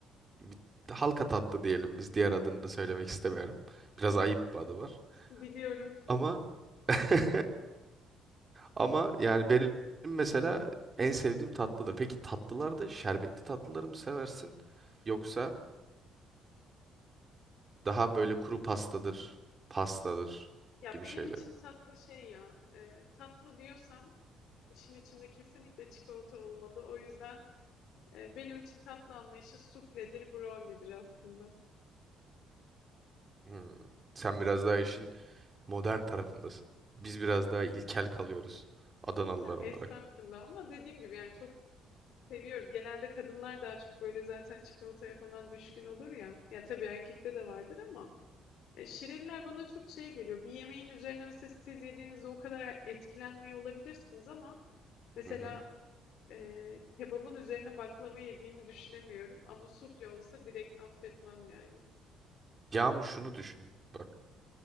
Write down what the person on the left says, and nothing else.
Biliyorum.
Ya
benim
için
tatlı şey ya. e, tatlı diyorsam İşin içinde kesinlikle çikolata olmalı. O yüzden e, benim için tatlı anlayışı sufledir, brownie'dir aslında.
Ya
estağfurullah ama dediğim gibi yani çok seviyorum. Genelde kadınlar daha çok böyle zaten çikolataya falan düşkün olur ya. Ya tabii erkekte de vardır ama e, şireliler bana çok şey geliyor. Bir yemeğin üzerine mesela siz yediğinizde o kadar etkilenmiyor olabilirsiniz ama mesela
e, kebabın üzerine baklava yediğimi düşünemiyorum ama sufle olsa direkt affetmem yani.